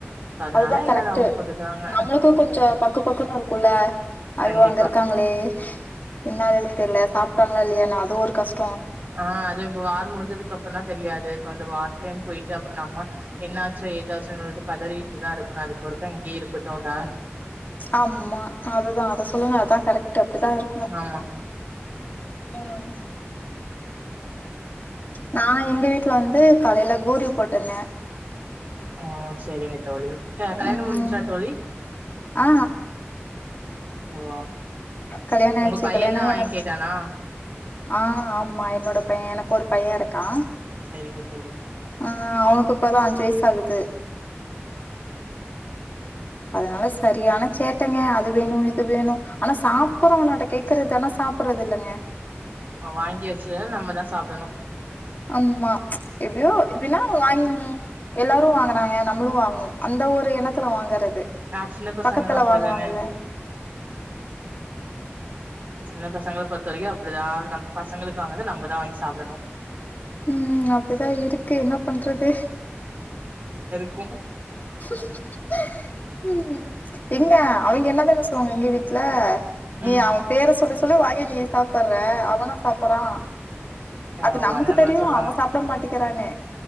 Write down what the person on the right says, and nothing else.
சோ அதனால
ஏதாவது
அவங்க போட்டுக்குவாங்க.
கண்டிப்பா.
ஆஹ் அது இந்த வார் முடிஞ்சதுக்கு அப் புறோந்தா தெரியாது இப்ப வந்து வார் டைம் போயிட்டு அப்புறோ நம்ம என்னாச்சோ ஏதாச்சோன் சொல்ட்டு பதறிட்டுதா இருக்கனு அதுக்கு ஒருக்கா இங்கயே இருக்கட்டு டா
ஆமா
அஹ் செரிங்க தோழி அஹ் கல்யாணோ
முடிஞ்சிச்சா தோழி
ஓ
உங்க பையன்தா
வாங்கி
கேட்டானா
சரிங்க தோழி
ஓ வாங்கி வச்சி வேணா நம்பதா சாப் புடணு
ஆ சின்ன பசங்கன்னா
அப்படிதானே
சின்ன பசங்கப் பொருத்த வரைக்கு அப்டிதா நம்ப பசங்களுக்கு வாங்கறத நம்பதா வாங்கி சாப்டணு
கு
ம்
ஓ
அந்த மாரி
சொல்லுவாங்க